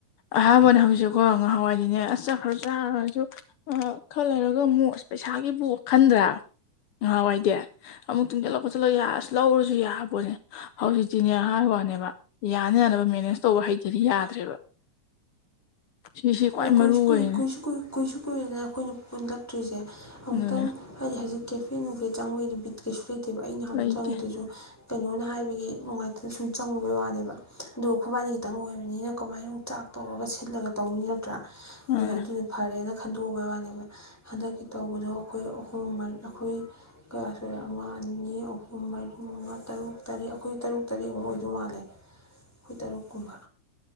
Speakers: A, on the left; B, in the centre.
A: ꯑꯍꯥꯟꯕꯅ ꯍꯧꯖꯤꯛꯀꯣ ꯉꯍꯥꯟꯋꯥꯏꯗꯤꯅꯦ ꯑꯁ ꯆꯠꯈ꯭ꯔ ꯆꯥꯔꯁꯨ ꯑ ꯈꯔ ꯂꯩꯔꯒ ꯑꯃꯨꯛ ꯑꯁ ꯄꯩꯁꯥꯒꯤꯕꯨ ꯈꯟꯗ꯭ꯔꯥ ꯉꯍꯥꯟꯋꯥꯏꯗꯤ ꯑꯃꯨꯛ ꯇꯨꯡꯖꯜꯂ ꯈꯣꯠꯆꯜꯂ ꯌꯥ ꯑꯁ ꯂꯧꯔꯁꯨ ꯌꯥꯕꯅꯦ ꯍꯧꯖꯤꯛꯇꯤꯅꯦ ꯍꯥꯏ ꯋꯥꯅꯦꯕ ꯌꯥꯅ ꯌꯥꯅꯕ ꯃꯦꯅꯦꯖ ꯇꯧꯕ ꯍꯩꯇꯗꯤ ꯌꯥꯗ꯭ꯔꯦꯕ ꯁꯤꯁꯤ ꯈ꯭ꯋꯥꯏ
B: ꯑꯗꯩ ꯀꯨꯏꯁꯨ
A: ꯃꯔꯨ ꯑꯣꯏꯔꯤꯅꯦ
B: ꯀꯨꯏ ꯀꯨꯏꯁꯨ ꯀꯨꯏ ꯀꯨꯏꯁꯨ ꯀꯨꯏꯔꯦꯗꯅ ꯑꯩꯈꯣꯏꯅ ꯄꯨꯜꯂꯛꯇ꯭ꯔꯤꯁꯦ ꯑꯃꯨꯛꯇꯪ
A: ꯑꯗꯨꯅꯦ
B: ꯍꯥꯏꯗꯤ ꯍꯧꯖꯤꯛ ꯀꯦꯐꯦ ꯅꯨꯡꯐꯦ ꯆꯪꯕꯩꯗꯤ ꯕꯤꯠ ꯀꯩꯁꯨ ꯂꯩꯇꯦꯕ ꯑꯩꯅ ꯍꯥꯟꯅ
A: ꯂꯩꯇꯦ
B: ꯆꯪꯉꯤꯗꯨꯁꯨ ꯀꯩꯅꯣꯅ ꯍꯥꯏꯕꯒꯤ ꯅꯨꯡꯉꯥꯏꯇꯅ ꯁꯨꯝ ꯆꯪꯉꯨꯕꯩ ꯋꯥꯅꯦꯕ ꯑꯗꯨꯒ ꯑꯈꯣꯏꯕꯥꯏꯅꯤ ꯈꯤꯇꯪ ꯑꯣꯏꯕꯅꯤꯅ ꯀꯃꯥꯏꯅ ꯑꯃꯨꯛ ꯆꯥꯛ ꯇꯧꯔꯒ ꯁꯤꯜꯂꯒ ꯇꯧꯅꯤ ꯅꯠꯇ꯭ꯔꯥ ꯑꯗꯨꯅ
A: ꯑꯥ
B: ꯑꯗꯨꯅ ꯐꯔꯦꯅ ꯈꯟꯗꯣꯛꯎꯕꯩ ꯋꯥꯅꯦꯕ ꯍꯟꯗꯛꯀꯤ ꯇꯧꯕꯗꯣ ꯑꯈꯣꯏ ꯑꯍꯨꯝ ꯃꯔ ꯑꯈꯣꯏ ꯀꯌꯥ ꯁꯨꯔꯦ ꯑꯃ ꯑꯅꯤ ꯑꯍꯨꯝ ꯃꯔꯤ ꯃꯉꯥ ꯇꯔꯨꯛ ꯇꯔꯦꯠ ꯑꯈꯣꯏ ꯇꯔꯨꯛ ꯇꯔꯦꯠꯃꯨꯛ ꯑꯣꯏꯗꯧ ꯃꯥꯜꯂꯦ ꯑꯈꯣꯏ ꯇꯔꯨꯛ ꯀꯨꯝꯕ